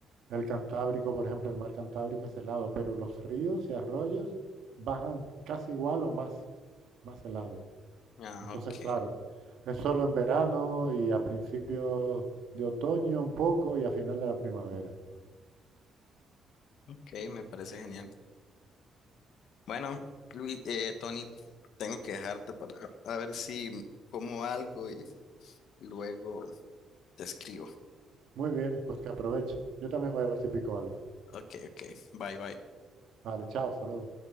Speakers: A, on the right; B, on the left.
A: el Cantábrico, por ejemplo, el mar Cantábrico es helado, pero los ríos y arroyos bajan casi igual o más, más helados.
B: Ah,
A: Entonces,
B: ok.
A: claro, es solo en verano y a principios de otoño un poco y a final de la primavera.
B: Ok, me parece genial. Bueno, Luis, eh, Tony, tengo que dejarte para a ver si como algo y luego te escribo.
A: Muy bien, pues que aproveche. Yo también voy a ver si pico algo.
B: Ok, ok. Bye, bye.
A: Vale, chao, hasta luego.